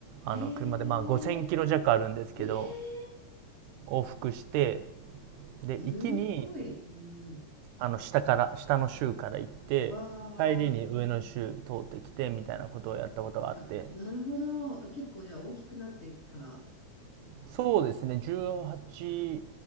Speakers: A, on the right (about 85°); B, on the left (about 30°).
A: あの、
B: へえ、
A: 車でまあ5000キロ弱あるんですけど、
B: え
A: 往復して、で、
B: ー、すごい。
A: 行きに
B: うん。
A: あの、下から、下の州から行って、
B: わ
A: 帰りに上の州通ってきて、みたいなことをやったことがあって、
B: ー、あ、なるほど。結構じゃあ大きくなってから。
A: そうですね、18